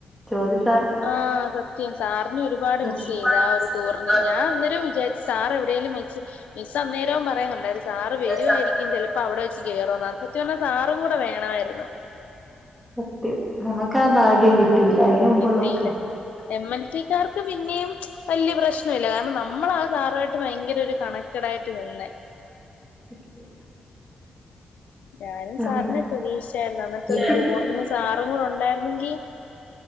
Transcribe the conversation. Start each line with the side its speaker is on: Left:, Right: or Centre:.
Centre: ജോതി സാ
Left: ആഹ് സത്യം സാറിനെ ഒരുപാട് മിസ്
Centre: ഒരുപാട്
Left: ചെയ്ത് ആ
Centre: മിസ്
Left: ഒരു
Centre: ചെയ്യുന്നു
Left: ടൂറിന് ഞാൻ അന്നേരം വിചാരിച്ചു സാർ എവിടെലും വെച്ച് മിസ്സ് അന്നേരം പറയുന്നുണ്ടായിരുന്നു സാർ വരുവായിരിക്കും
Centre: സാറ്
Left: ചിലപ്പോ അവിടെ വെച്ച് കേറുമെന്ന് അപ്പം ഇച്ചോന്ന് സാറ് കൂടെ വേണമായിരുന്നു
Centre: സത്യം നമ്മക്കാ ഭാഗ്യം കി ട്ടില്ല അയിന് മുമ്പുള്ളവർക്ക്
Left: കിട്ടീല്ല. എം എൽ റ്റി കർക്ക് പിന്നെയും വല്ല്യ പ്രശ്നം ഇല്ല കാരണം നമ്മൾ ആ സാറായിട്ട് ഭയങ്കര ഒരു കണക് ണക്റ്റാടായിട്ട് നിന്നെ.
Centre: <unintelligible>
Left: ഞാനും സാറിനെ
Centre: നമ്മ
Left: പ്രതീക്ഷിച്ചായിരുന്നു അന്നത്തെ
Centre: എനിക്കിപ്പഴും
Left: ഒരു ടൂറിന്
Centre: ഓർമ്മയുണ്ട്
Left: സാറും കൂടെ ഉണ്ടായിരുന്നെങ്കി